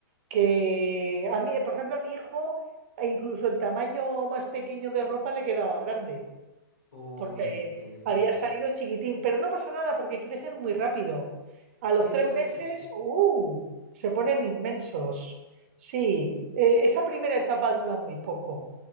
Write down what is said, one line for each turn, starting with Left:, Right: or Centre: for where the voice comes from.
Right: que a mí, por ejemplo, a mi hijo, e incluso el tamaño más pequeño de ropa le quedaba grande.
Left: Uy,
Right: porque
Left: qué difícil.
Right: había salido chiquitín, pero no pasa nada porque crecen muy rápido. A
Left: Sí,
Right: los tres
Left: eso
Right: meses,
Left: lo escuché.
Right: ¡uh! se ponen inmensos. Sí, eh, esa primera etapa dura muy poco.